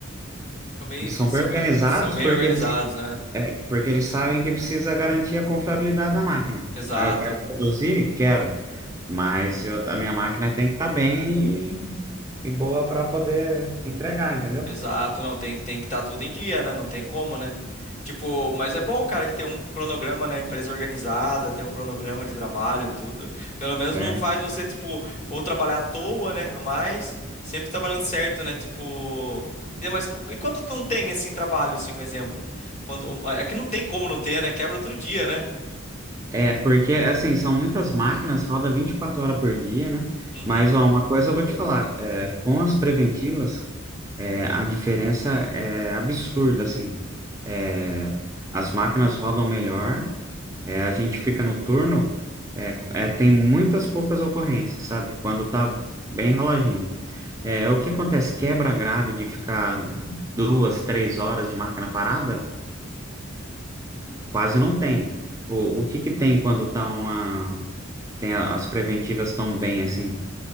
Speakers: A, on the left (about 35°); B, on the right (about 15°).
A: São bem,
B: eles
A: são
B: são bem organizados
A: bem, são bem
B: porque
A: organizados,
B: eles,
A: né?
B: é, porque eles sabem que precisa garantir a confiabilidade da máquina.
A: Exato.
B: Aí eu quero produzir? Quero. Mas eu- a minha máquina tem que estar bem e boa para poder entregar, entendeu?
A: Exato, não, tem, tem que estar tudo em dia, né? Não tem como, né? Tipo, mas é bom, cara, que tem um cronograma, né? Empresa organizada, tem um cronograma de trabalho e tudo. Pelo menos
B: É,
A: não faz você, tipo, ou trabalhar à toa, né? A mais, sempre trabalhando certo, né? Tipo. e- Mas cu- e quando tu não tem, assim, trabalho, assim, um exemplo? Quando... um, É que não tem como não ter, né? Quebra todo dia, né?
B: é, porque assim, são muitas máquinas, roda 24 horas por dia, né?
A: Uhum.
B: Mas ó, uma coisa eu vou te falar, é, com as preventivas, é, a diferença é absurda, assim. É, as máquinas rodam melhor, é, a gente fica no turno, é, é, tem muitas poucas ocorrências, sabe? Quando tá bem enroladinho. É, o que acontece? Quebra grave de ficar duas, três horas de máquina parada, Quase não tem. O, o que que tem quando tá uma, tem a- as preventivas tão bem assim,